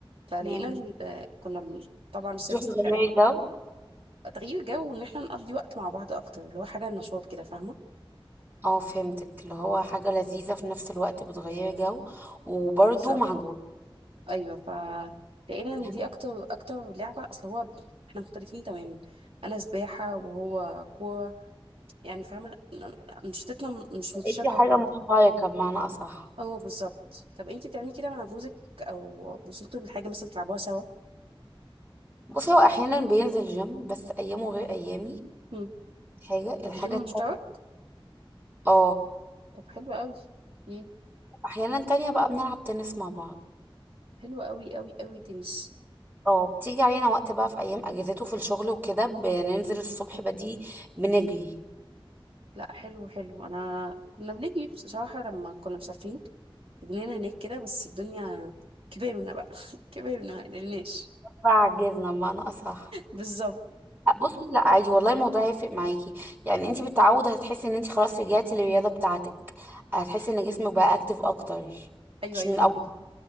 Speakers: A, on the right; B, on the right.
A: فلقينا
B: مم.
A: إن- آه، كنا م- طبعا السيرفيس
B: بتروحي تغيري
A: بتاعتنا
B: جو
A: تغيير جو وان احنا نقضي وقت مع بعض اكتر اللي هو حاجه نشاط كده فاهمه
B: اه فهمتك اللي هو حاجة لذيذة في نفس الوقت بتغيري جو وبرده
A: بالظبط
B: معجون
A: ايوه ف لقينا ان
B: دي حاجة
A: دي اكتر اكتر لعبه اصل هو احنا مختلفين تماما انا سباحه وهو كوره يعني فاهمه انشطتنا م- مش
B: لقيتي
A: متشابهه
B: حاجة
A: خالص
B: متفرقة بمعنى أصح
A: اه بالظبط طب انتي بتعملي كده مع جوزك او وصلتوا لحاجه مثلا تلعبوها سوا
B: بصي هو أحيانا بينزل جيم بس أيامه غير أيامي
A: مم.
B: دي حاجة
A: في
B: الحاجة
A: جيم
B: التانية
A: مشترك
B: اه
A: طب حلو قوي ايه
B: أحيانا تانية بقى بنلعب تنس مع بعض
A: حلو قوي قوي قوي تنس
B: اه بتيجي علينا وقت بقى في أيام أجازاته في الشغل وكده بننزل الصبح بدي بنجري
A: لا حلو حلو انا كنا بنيجي بصراحه لما كنا مسافرين بنينا هناك كده بس الدنيا كبرنا بقى <laughs> كبرنا مقدرناش
B: بعجزنا بمعنى أصح
A: بالظبط
B: لا بصي لا عادي والله الموضوع هيفرق معاكي يعني انت بالتعود هتحسي ان انت خلاص رجعتي للرياضه بتاعتك هتحسي ان جسمك بقى اكتف اكتر
A: ايوه
B: مش
A: ايوه
B: من
A: فهميكي
B: اول